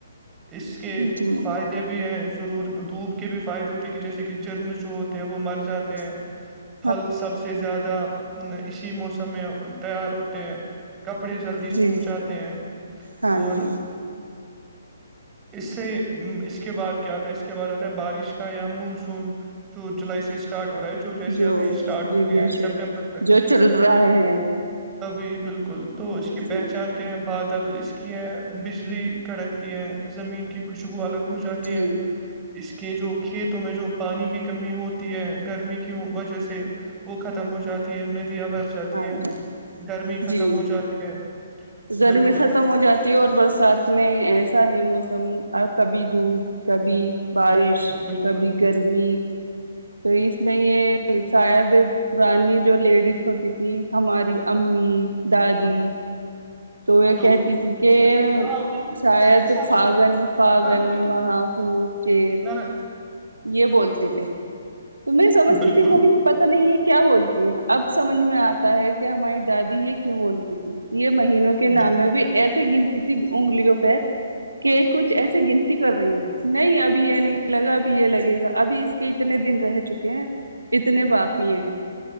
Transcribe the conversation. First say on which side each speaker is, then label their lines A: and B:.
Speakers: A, on the right (about 20°); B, on the right (about 80°).
A: اس کے
B: جی
A: فائدے بھی ہیں ضرور دھوپ کے بھی فائدے ہوتے ہیں کہ جیسے کہ جرم جو ہوتے ہیں وہ مر جاتے ہیں
B: <inaudible>
A: پھل سب سے زیادہ اسی موسم میں تیار ہوتے ہیں کپڑے جلدی
B: جی
A: سوکھ جاتے ہیں
B: ہاں
A: اور
B: جی
A: اس سے اس کے بعد کیا آتا ہے اس کے بعد آتا ہے بارش کا یا مونسون چود جولائی س سے اسٹارٹ ووراج جیس
B: جو
A: ابھی اسٹارٹ ہو
B: جی
A: گیا
B: بے
A: ہیں
B: شک
A: سپٹمبر تک
B: جو چل رہا ہے
A: ابھی بالکل تو اس کی
B: جی
A: پہچان کیا ہے بادل اس کی ہے بجلی کڑکتی ہیں زمین کی خوشبو الگ ہو جاتی
B: جی
A: ہے اس کے جو کھیتوں میں جو پانی کی کمی ہوتی ہے گرمی کی وجہ سے وہ ختم ہو جاتی ہے ندیا اب جاتی
B: ہاں
A: ہیں
B: جی
A: گرمی ختم
B: جی
A: ہو جاتی ہے
B: گرمی
A: بالکل
B: ختم ہو جاتی اور برسات میں ایسا ہے موسم کبھی دھوپ کبھی بارش
A: بالکل
B: کبھی گرمی تو اس میں یہ شاید پرانی جو لیڈیز ہوتی تھی ہماری امی دادی یہ
A: تو
B: کہتی تھی کہ
A: رکے آور
B: شاید
A: س صبر
B: فاگن فاگن
A: نہ رک
B: محافوظ چیت
A: زرا
B: یہ بولتے تھے تو سمجھتی
A: بالکل
B: تھی ب پتا نہیں ہے کیا بولتی ہے اب سمجھ میں آتا ہے کہ ہماری دادی یہ کیوں بولتی تھی یہ مہینوں سے کے نام
A: جی
B: میں بھی ایسی گنتی تھی انگلیوں پہ کہ کچھ ایسے گنتی کر رہی ہ نہیں ابھی یہ نہیں لگا ابھی یہ لگے گا ابھی اس کہ اتنے دن رہ چکے ہیں اتنے باقی ہیں